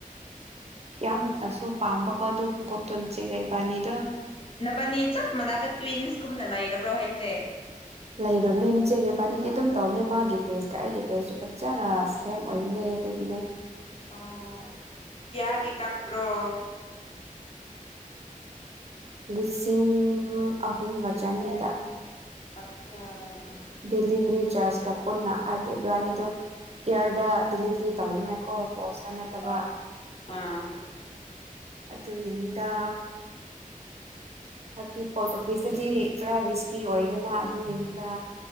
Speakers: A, on the right; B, on the left.
A: ꯌꯥꯝꯅꯁꯨ ꯄꯥꯝꯕꯀꯣ ꯑꯗꯨ ꯈꯣꯡꯀꯞꯇꯣꯟꯆꯦ ꯀꯩ ꯏꯕꯥꯅꯤꯗꯣ
B: ꯅꯕꯅꯤ ꯆꯞ ꯃꯥꯟꯅꯕ ꯇ꯭ꯋꯤꯟꯁꯀꯨꯝꯅ ꯂꯩꯔꯕ꯭ꯔꯣ ꯍꯥꯏꯁꯦ
A: ꯂꯩꯔꯕꯅꯦ ꯏꯆꯦꯒꯤꯕꯥꯅꯤꯗꯤ ꯑꯗꯨꯝ ꯇꯧꯕꯅꯤ ꯃꯥꯒꯤ ꯇꯦꯁꯀ ꯑꯩꯒꯤ ꯇꯦꯁꯁꯨ ꯐꯖꯅ ꯁꯦꯝ ꯑꯣꯏꯕꯅꯦ ꯑꯗꯨꯒꯤꯅꯦ
B: ꯑꯣ ꯀꯌꯥ ꯀ ꯀ ꯄꯨ꯭ꯔꯣ
A: ꯂꯤꯁꯤꯡ ꯑꯍꯨꯝꯒ ꯆꯅꯤꯗ
B: ꯑ <unintelligible> <inaudible>
A: ꯗꯗꯤꯂꯤꯚꯔꯤ ꯆꯥꯖ ꯀ ꯄꯨꯅ ꯑꯗꯕꯅꯤꯗꯣ ꯏꯌꯔꯗ ꯗꯤꯂꯤꯚꯔꯤ ꯇꯧꯅꯤꯡꯉꯥꯏ ꯀꯣ ꯄꯣꯁꯇ ꯅꯠꯇꯕ
B: ꯑ ꯑꯥ
A: ꯑꯗꯨꯒꯤꯅꯤꯗ ꯍꯥꯏꯕꯗꯤ ꯄꯣꯁ ꯑꯣꯐꯤꯁꯇꯗꯤ ꯈꯔ ꯔꯤꯁꯀꯤ ꯑꯣꯏꯗꯅ ꯑꯗꯨꯒꯤꯅꯤꯗ